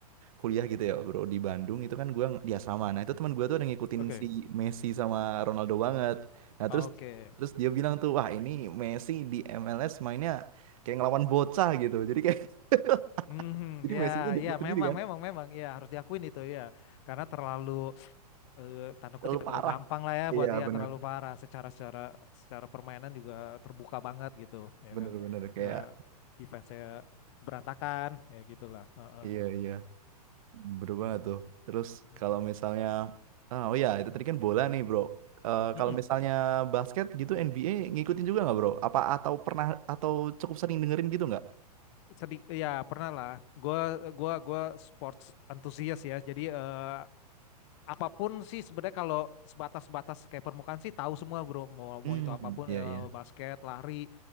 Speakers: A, on the right; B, on the left.
A: kuliah gitu ya bro, di Bandung itu kan gue di asrama. Nah itu teman gue tuh ada ngikutin
B: Oke,
A: si Messi sama Ronaldo banget. Nah
B: Oke.
A: terus terus dia bilang tuh, wah ini Messi di MLS mainnya kayak ngelawan bocah gitu. Jadi kayak,
B: Hmm,
A: <laughs> jadi
B: ya,
A: Messinya diikut
B: ya,
A: sendiri
B: memang,
A: kan,
B: memang, memang, ya harus diakuin itu ya, karena terlalu, eh, tanda
A: terlalu
B: kutip ya,
A: parah.
B: terlalu gampang lah ya
A: Iya
B: buat dia,
A: bener,
B: terlalu parah secara secara secara permainan juga terbuka banget gitu, ya
A: bener
B: kan,
A: bener kayak,
B: nggak defense saya berantakan, ya gitulah. Heeh.
A: iya iya. Bener banget tuh. Terus
B: Mm-mm.
A: kalau misalnya, ah, oh ya itu tadi kan bola nih bro. Eh,
B: Mm-mm.
A: kalau misalnya basket gitu NBA ngikutin juga nggak bro? Apa atau pernah atau cukup sering dengerin gitu nggak?
B: Sedi- ya pernah lah. Gua gua gua sports antusias ya. Jadi eh, apapun sih sebenarnya kalau sebatas-batas kayak permukaan sih tahu semua bro. Mau
A: Hmm,
B: mau itu apapun
A: iya
B: eh,
A: iya.
B: basket, lari